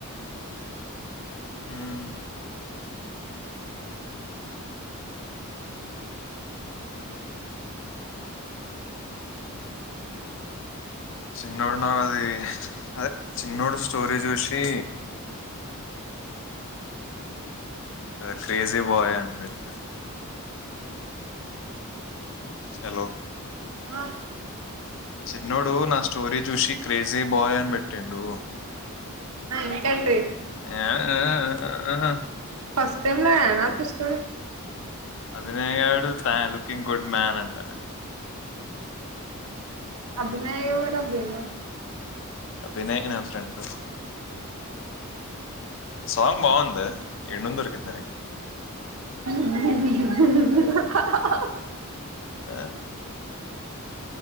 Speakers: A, on the left (about 60°); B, on the right (about 70°).
A: హుమ్ చిన్నోడు నాకది ఆ చిన్నోడు స్టోరీ చూసి ఇగ క్రేజీ బాయ్ అని పెట్టడు హలో
B: ఆ
A: చిన్నోడు నా స్టోరీ చూసి క్రేజీ బాయ్ అని బెట్టిండూ
B: నీకంటే
A: ఆ ఆ ఆ ఆ
B: ఫస్ట్ టైం లో ఐన ఆర్టిస్టరు
A: అభినయ గాడు త లుకింగ్ గుడ్ మ్యాన్ అంట
B: అభినయ ఎవరబ్బ ఈడ
A: అభినయ నా ఫ్రెండు సాంగ్ బావుందే ఏడు నుండి దొరికిందే నీకు
B: ి
A: ఆ